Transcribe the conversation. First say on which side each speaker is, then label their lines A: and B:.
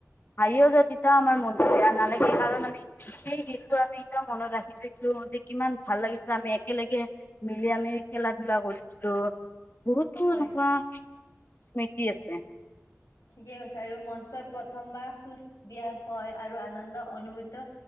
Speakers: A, on the left; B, on the left.
A: হাৰিও যদি যাওঁ তেতিয়া আমাৰ মনটো বেয়া নালাগে কাৰণ আমি সেই গীতবোৰ আমি এতিয়াও মনত ৰাখি থৈছো যে কিমান ভাল লাগিছে আমি একেলগে মিলি আমি খেলা ধূলা কৰিছিলো গুৰুত্ব
B: হয়
A: এতিয়া স্মৃতি আছে
B: কিয় বিচাৰিম মঞ্চত প্ৰথমবাৰ সুখ দিয়া ভয় আৰু আনন্দ অনুভূত